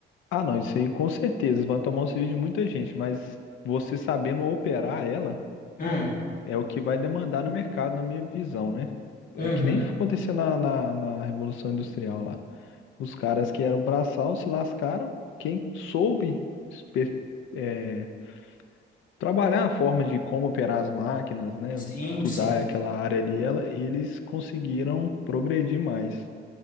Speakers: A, on the left; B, on the left.
A: Ah, não, isso aí com certeza vai tomar um serviço de muita gente, mas você sabendo operar ela
B: Hum,
A: é o que vai demandar no mercado, na minha visão, né? É
B: uhum.
A: que nem aconteceu na, na, na Revolução Industrial lá. Os caras que eram braçal se lascaram, quem soube espe- é, trabalhar a forma de como operar as máquinas, né?
B: Sim,
A: Estudar
B: sim.
A: aquela área ali, ela, eles conseguiram progredir mais.